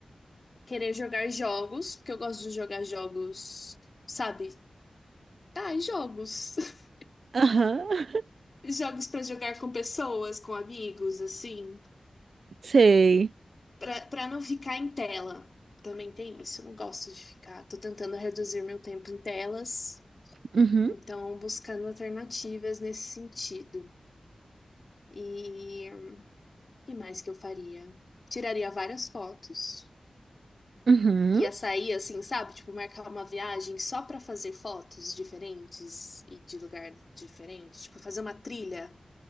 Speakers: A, on the left; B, on the right.
A: querer jogar jogos, porque eu gosto de jogar jogos, sabe? Ah, jogos. <laughs>
B: aham. <laughs>
A: Jogos pra jogar com pessoas, com amigos, assim.
B: Sei.
A: Pra, pra não ficar em tela. Também tem isso, eu não gosto de ficar. Tô tentando reduzir meu tempo em telas,
B: Uhum,
A: então buscando alternativas nesse sentido. E que mais que eu faria? Tiraria várias fotos.
B: uhum.
A: Ia sair assim, sabe? Tipo, marcar uma viagem só pra fazer fotos diferentes e de lugar diferente. Tipo, fazer uma trilha